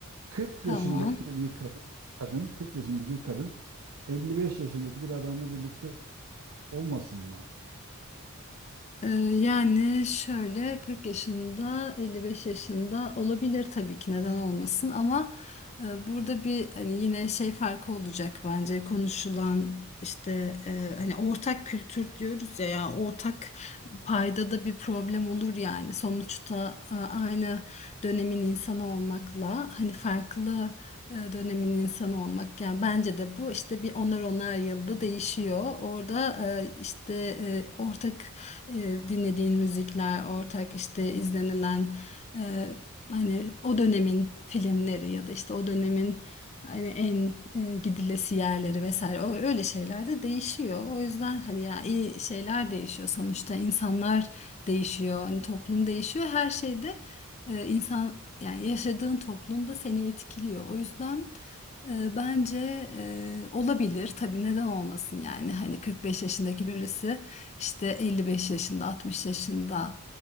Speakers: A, on the right; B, on the left.
A: 40
B: Tamam.
A: yaşındaki bir ka- kadın, 40 yaşındaki bir kadın 55 yaşındaki bir adamla birlikte olmasın mı?
B: Ee, Yani şöyle 40 yaşında 55 yaşında olabilir tabii ki neden olmasın ama e, burada bir hani yine şey farkı olacak bence konuşulan işte e, hani ortak kültür diyoruz ya ya ortak payda da bir problem olur yani sonuçta e, aynı dönemin insanı olmakla hani farklı e, dönemin insanı olmak yani bence de bu işte bir onar onar yılda değişiyor orada e, işte e, ortak e, dinlediğin müzikler, ortak işte izlenilen e, hani o dönemin filmleri ya da işte o dönemin hani en e, gidilesi yerleri vesaire o öyle şeyler de değişiyor. O yüzden hani ya iyi şeyler değişiyor sonuçta insanlar değişiyor, hani toplum değişiyor. Her şeyde e, insan yani yaşadığın toplum da seni etkiliyor. O yüzden e, Bence e, olabilir tabii neden olmasın yani hani 45 yaşındaki birisi işte elli beş yaşında, altmış yaşında,